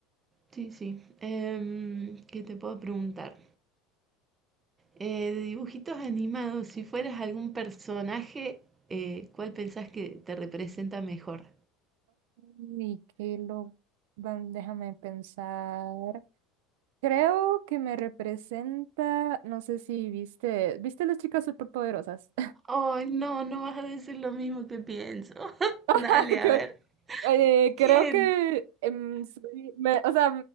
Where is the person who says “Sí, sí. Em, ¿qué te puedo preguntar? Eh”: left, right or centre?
Right